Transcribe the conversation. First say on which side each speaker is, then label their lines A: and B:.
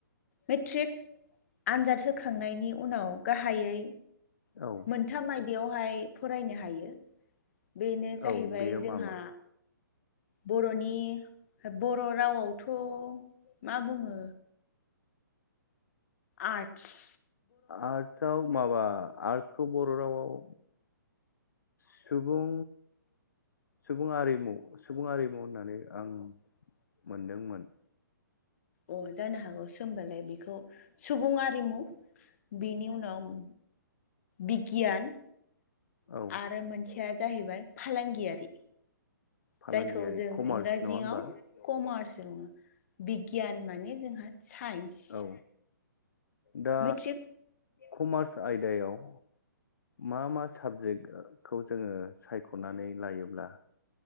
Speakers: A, on the left (about 45°); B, on the left (about 65°).
A: मेट्रिक आनजाद होखांनायनि उनाव गाहायै
B: औ
A: मोनथाम आय बेयावहाय फरायनो हायो बेनो जाहैबाय
B: औ बेयो
A: जोंहा
B: मा मा
A: बर'नि बर' रावआवथ' मा बुङो आटस
B: आर्टसआव माबा आर्टसखौ बर' रावाव सुबुं सुबुं आरिमु सुबुं आरिमु होननानै आं मोनदोंमोन
A: अ जानो हागौसो सोमबालाय बेखौ सुबुं आरिमु बेनि उनाव बिगियान
B: औ
A: आरो मोनसे खोथायया जाहैबाय फालांगियारि
B: फालांगियारि
A: जायखौ जों
B: कमार्स
A: इंराजियाव
B: नङा होमबा
A: कमार्स बुङो बिगियान माने जोंहा साइन्स
B: औ दा
A: मेट्रिक
B: कमार्स आयदायाव मा मा साबजेक्टखौ जोङो सायख'नानै लायोब्ला